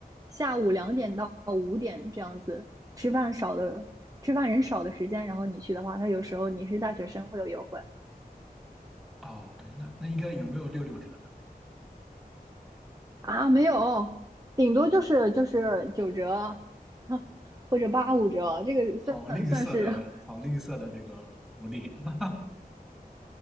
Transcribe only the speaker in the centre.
哦，对，那那应该有没有六六折
呢？哇，
好吝啬的，
好吝啬的这个福利。<laughs>